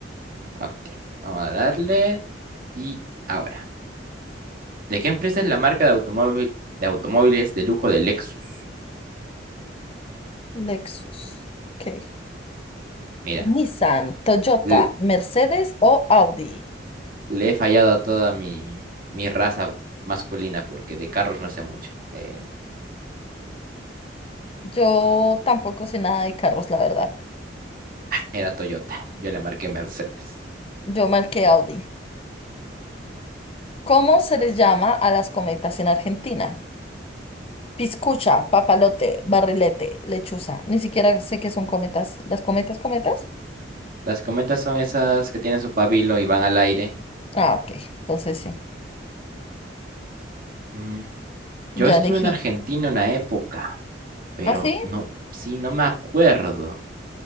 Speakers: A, on the right; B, on the left.
A: Ok, vamos a darle. Y ahora, ¿de qué empresa es la marca de automóvil, de automóviles de lujo de Lexus?
B: Lexus. Ok.
A: Mira,
B: Nissan, Toyota,
A: le,
B: Mercedes o Audi.
A: le he fallado a toda mi, mi raza masculina porque de carros no sé mucho. Eh,
B: Yo tampoco sé nada de carros, la verdad.
A: era Toyota, yo le marqué Mercedes.
B: Yo marqué Audi. ¿Cómo se les llama a las cometas en Argentina? Piscucha, papalote, barrilete, lechuza. Ni siquiera sé qué son cometas. ¿Las cometas, cometas?
A: Las cometas son esas que tienen su pabilo y van al aire.
B: Ah, ok. Entonces sí.
A: Mm, Yo
B: Ya
A: estuve
B: elegí.
A: en Argentina una época. Pero
B: ¿Ah, sí?
A: no, sí, no me acuerdo.